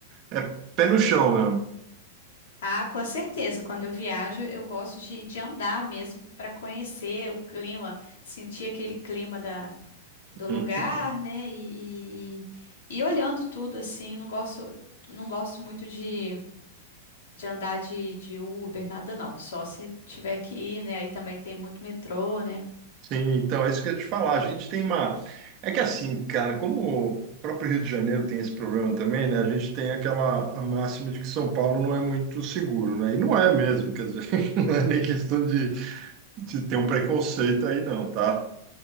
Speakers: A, on the right; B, on the left.
A: é pé no chão, né?
B: Ah, com certeza. Quando eu viajo, eu gosto de, de andar mesmo para conhecer o clima, sentir aquele clima da, do lugar,
A: Uhum.
B: né? E, e, e olhando tudo assim, não gosto, não gosto muito de, de andar de, de Uber, nada não. Só se tiver que ir, né? Aí também tem muito metrô, né?
A: Sim, então é isso que eu ia te falar. A gente tem uma. É que assim, cara, como o próprio Rio de Janeiro tem esse problema também, né? A gente tem aquela a máxima de que São Paulo não é muito seguro, né? E não é mesmo, quer dizer, <laughs> não é nem questão de de ter um preconceito aí não, tá?